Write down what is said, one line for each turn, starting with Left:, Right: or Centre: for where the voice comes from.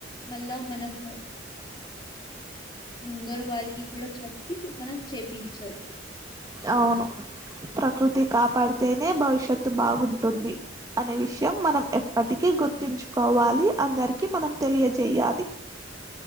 Left: మళ్ళా మనము ముందర వారికి కూడా చెప్పి మనం చేపిచొచ్చు
Right: అవును ప్రకృతి కాపాడితేనే భవిష్యత్తు బాగుంటుంది అనే విషయం మనం ఎప్పటికీ గుర్తుంచుకోవాలి అందరికి మనం తెలియజేయాలి